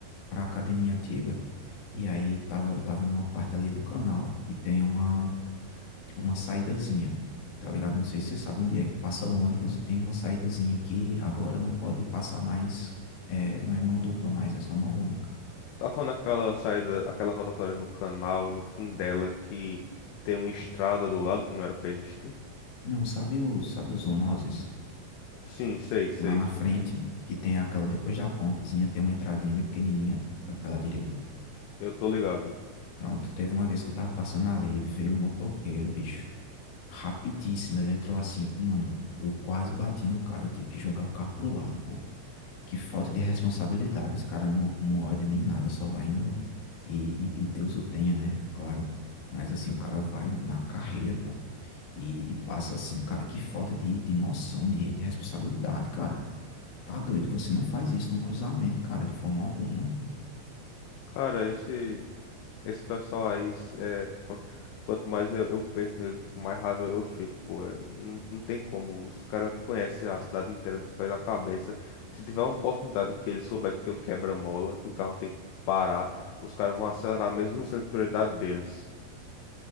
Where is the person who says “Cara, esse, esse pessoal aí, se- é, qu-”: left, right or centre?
Left